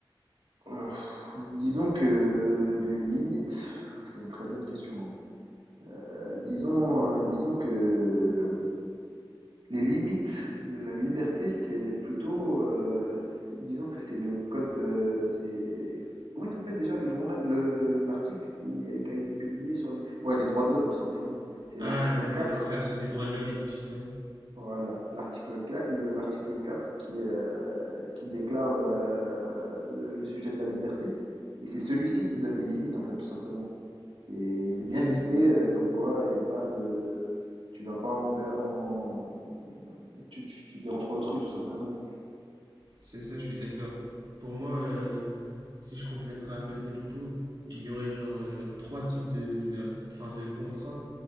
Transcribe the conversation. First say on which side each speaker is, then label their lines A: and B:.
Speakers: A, on the right (about 80°); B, on the right (about 55°).
A: Euh, pff, disons que les limites, c'est une très bonne question. hein. Euh, disons, euh, disons que Les limites de la liberté, c'est plutôt, heu, c'est c'est disons que c'est le code, heu, c'est comment il s'appelle déjà le journal le l'article qui, qui a été publié sur les ouais, les droits de l'homme, tout simplement. C'est l'article
B: Ah, euh,
A: 4.
B: la Déclaration des droits de l'homme et du citoyen.
A: Voilà, l'article cla- le- l'article 4 qui, euh, qui déclare euh, le, le sujet de la liberté, et c'est celui-ci qui donne les limites, en fait, tout simplement. C'est c'est bien
B: Ah,
A: listé, euh, comme quoi il n'y a pas de... Tu vas pas envers... En... Tu, tu, tu déranges pas autrui, tout simplement.
B: c'est ça, je suis d'accord. Pour moi, euh, si je compléterais un peu tes propos, il y aurait genre euh, trois types de liberté, enfin de contraintes